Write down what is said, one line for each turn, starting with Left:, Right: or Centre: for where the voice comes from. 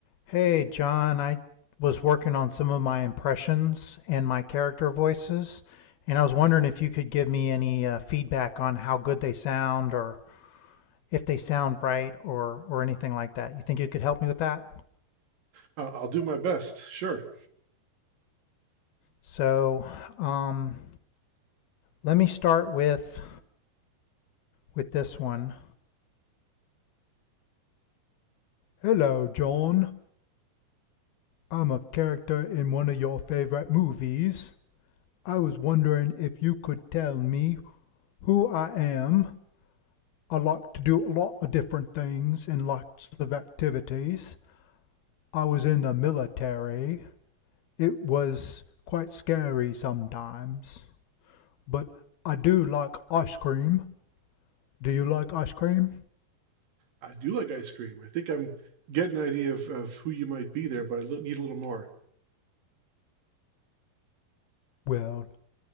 Left: Hey, John, I was working on some of my impressions and my character voices, and I was wondering if you could give me any uh, feedback on how good they sound or if they sound right or or anything like that. You think you could help me with that?
Right: Uh, I'll do my best. Sure.
Left: So, um, let me start with with this one. Hello, John. I'm a character in one of your favorite movies. I was wondering if you could tell me who I am I like to do a lot of different things and lots of activities. I was in the military. It was quite scary sometimes, but I do like ice cream. Do you like ice cream?
Right: I do like ice cream. I think I'm getting an idea of, of who you might be there, but I li- need a little more.
Left: Well,